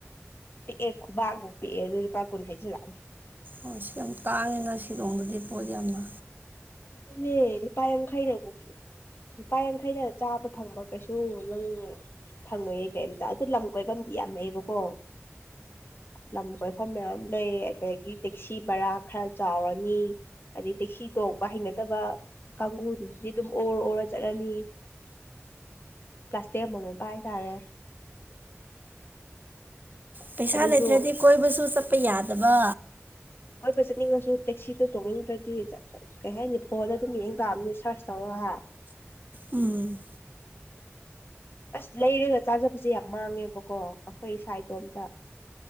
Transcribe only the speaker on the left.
ꯄꯤꯛꯑꯦ ꯈꯨꯕꯥꯛꯃꯨꯛ ꯄꯤꯛꯑꯦ ꯑꯗꯨ ꯂꯨꯄꯥ ꯀꯨꯟ ꯍꯥꯏꯁꯤꯜ ꯂꯥꯛ <unintelligible>
ꯑꯗꯨꯅꯦ ꯂꯨꯄꯥ ꯌ‌ꯥꯡꯈꯩꯅ ꯑꫭꯛꯇ‌ꯦ ꯂꯨꯄꯥ ꯌꯥꯡꯈꯩꯅ ꯆꯥꯕ ꯐꯪꯕ ꯀꯩꯁꯨ ꯅꯪ ꯐꯪꯉꯣꯏꯌꯦ ꯀꯩꯝꯇ ꯑꯗꯨ ꯂꯝ ꯀꯣꯏꯐꯝꯗꯤ ꯌꯥꯝ ꯂꯩꯌꯦꯕꯀꯣ ꯂꯝ ꯀꯣꯏꯐꯝ ꯃꯌꯥꯝ ꯂꯩ ꯑꯗꯒꯤ ꯇꯦꯛꯁꯤ ꯕꯔꯥ ꯈꯔ ꯆꯥꯎꯔꯅꯤ ꯑꯗꯩ ꯇꯦꯛꯁꯤ ꯇꯣꯡ ꯅꯠꯇꯕ ꯀꯥꯡꯒꯨꯗꯨꯗꯤ ꯑꯗꯨꯝ ꯑꯣꯔ ꯑꯣꯔ ꯆꯠꯂꯅꯤ ꯄ꯭ꯂꯥꯁꯇꯤꯛ ꯑꯃꯥꯃꯝ ꯄꯥꯏ ꯇꯥꯔꯦ
ꯑꯗꯨꯁꯨ
ꯀꯣꯏꯕ ꯆꯠꯅꯤꯡꯉꯁꯨ ꯇꯦꯛꯁꯤꯗꯣ ꯇꯣꯡꯅꯤꯡꯗ꯭ꯔꯗꯤ ꯀꯩ ꯍꯥꯏꯅꯤ ꯐꯣꯟꯗ ꯑꯗꯨꯝ ꯌꯦꯡ ꯇꯥꯕꯅꯤꯅ‌ꯦ ꯁꯥꯔꯁ ꯇꯧꯔꯒ
ꯑꯁ ꯂꯩꯔꯒ ꯆꯥꯖꯕꯁꯦ ꯌꯥꯝ ꯃꯥꯡꯉꯦꯕꯀꯣ ꯑꯩꯈꯣꯏ ꯏꯁꯥ ꯏꯇꯣꯝꯇ